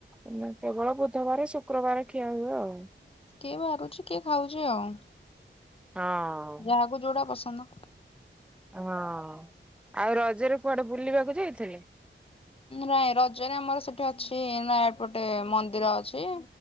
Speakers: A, in the centre; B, on the left.
A: ହେଲେ କେବଳ ବୁଧବାରେ ଶୁକ୍ରବାରେ ଖିଆ ହୁଏ ଆଉ।
B: କିଏ ବାରୁଛି କିଏ ଖାଉଚି ଆଉ।
A: ହଁ
B: ଯାହାକୁ ଯୋଉଟା ପସ ସନ।
A: ହଁ ଆଉ ରଜରେ କୁଆଡେ ବୁଲିବାକୁ ଯାଇଥିଲେ?
B: ନାଇଁ ରଜରେ ଆମର ସେଠି ଅଛି ନା ଏପଟେ ମନ୍ଦିର ଅଛି।